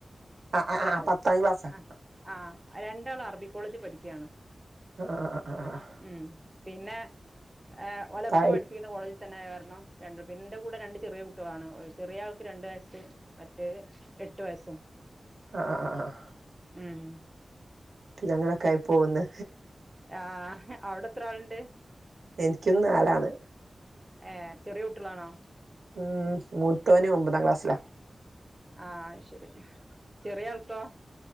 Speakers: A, on the right; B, on the right.
A: ആഹ് ആഹ്
B: ഒരാള്
A: ആഹ് പത്താം ക്ലാസ്സാ
B: ആഹ് ആഹ് രണ്ടാള് അറബി കോളേജി പഠിക്ക്യാണ്.
A: ആഹ് അഹ് അഹ് ആഹ് ആഹ്
B: ഉം പിന്നെ ഏഹ് ഓലപ്പ
A: താഴ്
B: വ <unintelligible> ൻ്റെ കോളേജി തന്നെ ആയ കാരണം രണ്ട് പിന്നെൻ്റെ കൂടെ രണ്ട് ചെറ്യേ കുട്ട്യളാണ് ചെറേ ആൾക്ക് രണ്ട് വയസ്സ്. മറ്റേത് എട്ട് വയസ്സും.
A: ആഹ് ആഹ് ആഹ് ആഹ്
B: ഉം
A: <unintelligible> ആയി പോകുന്ന്.
B: ആഹ് അവടെത്രാള്ണ്ട്?
A: എനിക്കും നാലാണ്
B: ഏഹ് ചെറ്യേ കുട്ട്യളാണോ?
A: ഉം മൂത്തോന് ഒമ്പതാം ക്ലാസ്സിലാ.
B: ആഹ് അയ് ശെരി ചെറിയൾക്കോ?